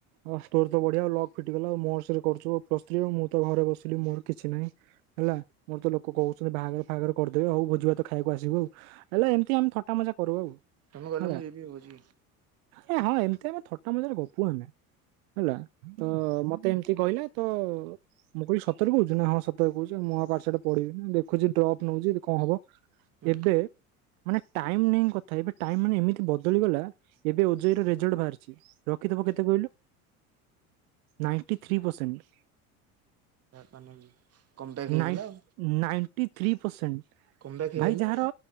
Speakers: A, on the right; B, on the right.
A: ଅ ତୋର ତ ବଢିଆ ଲକ୍ ଫିଟିଗଲା ଆଉ ମରସ୍ ରେ କରୁୁଚୁ। ପ୍ଲସ ଥ୍ରୀ ଆ ମୁଁ ତ ଘରେ ବସିଲି ମୋର କିଛି ନାହିଁ ହେଲା। ମୋର ତ ଲୋକ କହୁଛନ୍ତି ବାହାଘର ଫାହାଘର କରିଦେବେ ହଉ ଭୋଜି ଭାତ ଖାଇବାକୁ ଆସିବୁ ଆଉ। ହେଲେ ଏମିତି ଆମେ ଥଟ ମଜା କରୁ ଆଉ।
B: ତମେ ଗଲେ
A: ହେଲା
B: ମୁଁ ଯିବି ହଉଚି।
A: ଏ ହଁ ଏମିତି ଆମେ ଥଟା ମଜରେ ଗପୁ ଆମେ ହେଲା। ତ ମୋତେ ଏମିତି କହିଲା ତ ମୁଁ କହିଲି ସତରେ କହୁଛି ନା ହଁ। ସତରେ କହୁଛି। ମୁଁ ଆଉ ପାଠସାଠ ପଢିବିନି ଦେଖୁଛି ଡ୍ରପ୍ ନୋଉଚି ଯଦି କଣ ହବ
B: ହୁଁ
A: ଏବେ ମାନେ ଟାଇମ ନାଇଁ କଥାଇ ମାନେ ଏମିତି ବଦଳିଗଲା। ଏବେ ଓ ଜେ ଇ ର ରେଜଲ୍ଟ ବାହାରିଛି ରଖିଥିବ କେତେ କହିଲୁ ନାଇନ୍ଟି ଥ୍ରି ପର୍ସେଣ୍ଟ।
B: ମାନେ କମ୍ ବ୍ୟାକ୍ ହେଇଗଲା
A: ନାଇ
B: ଆଉ
A: ନାଇନ୍ ଥ୍ରୀ ପରସେଣ୍ଟ।
B: କମ୍ ବ୍ୟାକ୍ ହେଇଗଲା
A: ଭାଇ ଯାହାର
B: ଆଉ